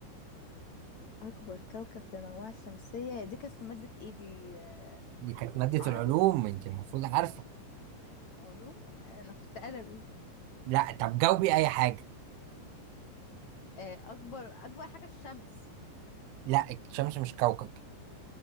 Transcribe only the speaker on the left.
اكبر كوكب في المجموعه الشمسيه هي دي كانت في ماده ايه دي آه،
عربي
علوم انا كنت ادبي
آه، اكبر اكبر حاجه الشمس